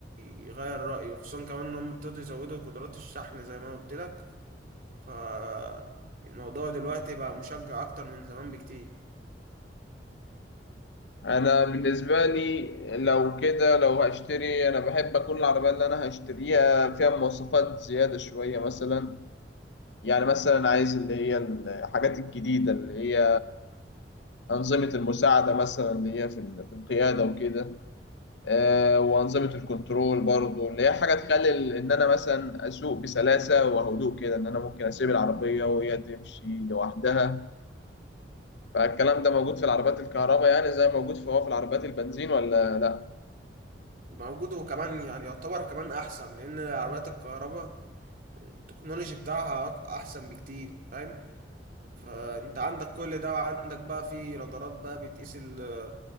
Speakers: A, on the right (about 55°); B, on the left (about 75°).
A: يغير رايه وخصوصا كمان ان هم ابتدوا يزودوا قدرات الشحن زي ما قلت لك فالموضوع دلوقتي بقى مشجع أكتر من زمان بكتير
B: انا بالنسبه لي لو كده لو هشتري انا بحب اكون العربيه اللي انا هشتريها فيها مواصفات زياده شويه مثلا يعني مثلا عايز اللي هي الحاجات الجديده اللي هي انظمه المساعده مثلا اللي هي في ال- في القياده وكده آه، وانظمه الكنترول برضو اللي هي حاجه تخلي ال- ان انا مثلا اسوق بسلاسه وهدوء كده ان انا ممكن اسيب العربيه وهي تمشي لوحدها فالكلام ده موجود في العربيات الكهرباء يعني زي ما موجود في هو في العربيات البنزين ولا لا
A: موجود وكمان يعني يعتبر كمان أحسن لأن عربيات الكهرباء التكنولوجي بتاعها أق- أحسن بكتير فاهم فأنت عندك كل ده وعندك بقى في رادارات بقى بتقيس ال-